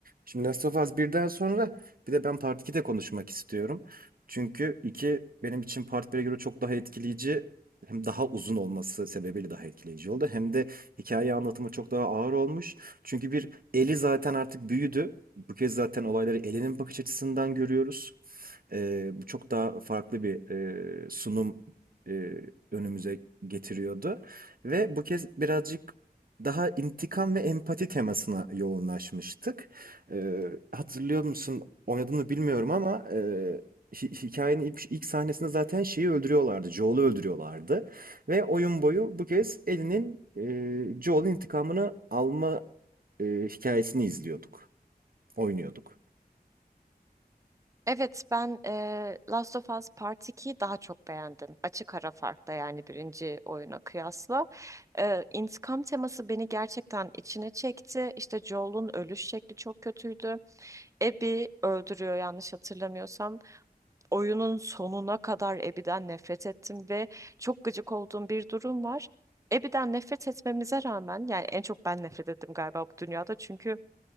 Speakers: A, on the right; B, on the right.
A: Şimdi Last of Us 1'den sonra bir de ben Part 2'de konuşmak istiyorum. Çünkü 2 benim için Part 1'e göre çok daha etkileyici hem daha uzun olması sebebiyle daha etkileyici oldu. Hem de hikaye anlatımı çok daha ağır olmuş. Çünkü bir Eli zaten artık büyüdü. Bu kez zaten olayları elinin bakış açısından görüyoruz. Ee, bu çok daha farklı bir e, sunum e, önümüze getiriyordu. Ve bu kez birazcık daha intikam ve empati temasına yoğunlaşmıştık. Ee, hatırlıyor musun? Oynadığını bilmiyorum ama e, hi- hikayenin ilk, ilk sahnesinde zaten şeyi öldürüyorlardı. Joel'ı öldürüyorlardı. Ve oyun boyu bu kez Ellie'nin e, Joel'in intikamını alma e, hikayesini izliyorduk. Oynuyorduk.
B: Evet ben eee, Last of Us Part 2'yi daha çok beğendim. Açık ara farkla yani birinci oyuna kıyasla. Eee intikam teması beni gerçekten içine çekti. İşte Joel'un ölüş şekli çok kötüydü. Abby öldürüyor yanlış hatırlamıyorsam. Oyunun sonuna kadar Abby'den nefret ettim ve çok gıcık olduğum bir durum var. Abby'den nefret etmemize rağmen yani en çok ben nefret ettim galiba bu dünyada çünkü